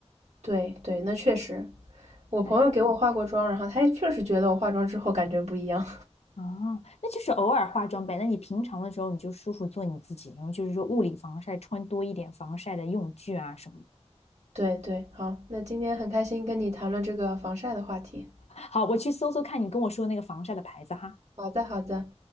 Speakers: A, on the right; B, on the left.
A: 对对，那确实，我朋友给我化过妆，
B: 哎，
A: 然后他也确实觉得我化妆之后感觉不一样。
B: 啊，那就是偶尔化妆呗。那你平常的时候你就舒服做你自己，然后就是说物理防晒，穿多一点防晒的用具啊什么的。
A: <laughs> 对对，好，那今天很开心跟你谈论这个防晒的话题。
B: 好，我去搜搜看你跟我说的那个防晒的牌子哈。
A: 好的好的。